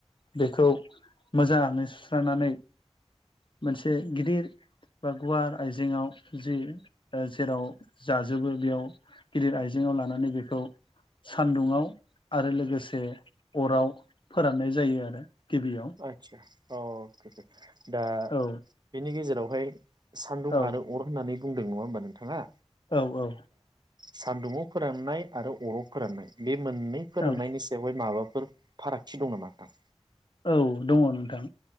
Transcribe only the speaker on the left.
बेखौ मोजाङै सुस्रानानै मोनसे गिदिर बा गुवार आइजेङाव जि जेराव जाजोबो बेयाव गिदिर आइजेङाव लानानै बेखौ सान्दुंङाव आरो लोगोसे अराव फोराननाय जायो आरो गिबियाव
औ
औ
औ औ
औ
औ दङ नोंथां